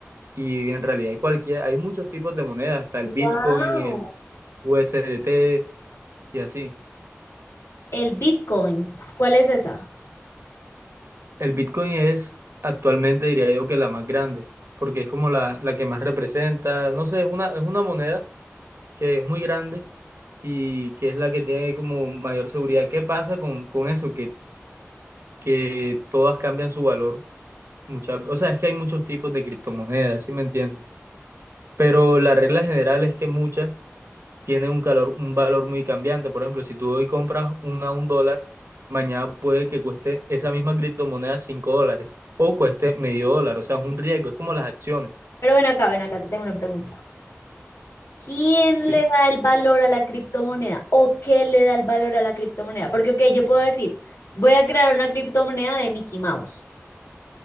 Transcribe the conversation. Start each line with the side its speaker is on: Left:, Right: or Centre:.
Right: Y en realidad hay cualquier, hay muchos tipos de monedas, hasta el Bitcoin,
Left: Wow.
Right: el USDT y así.
Left: El Bitcoin, ¿cuál es esa?
Right: El Bitcoin es actualmente, diría yo, que la más grande, porque es como la, la que más representa, no sé, es una, es una moneda que es muy grande y que es la que tiene como mayor seguridad. ¿Qué pasa con, con eso? Que, que todas cambian su valor Muchas, o sea, es que hay muchos tipos de criptomonedas, ¿sí me entiendes? Pero la regla general es que muchas tienen un calor, un valor muy cambiante. Por ejemplo, si tú hoy compras una a un dólar, mañana puede que cueste esa misma criptomoneda cinco dólares o cueste medio dólar. O sea, es un riesgo, es como las acciones,
Left: Pero ven acá, ven acá, te tengo una pregunta. ¿Quién
Right: ¿sí?
Left: le da el valor a la criptomoneda? ¿O qué le da el valor a la criptomoneda? Porque, ok, yo puedo decir, voy a crear una criptomoneda de Mickey Mouse.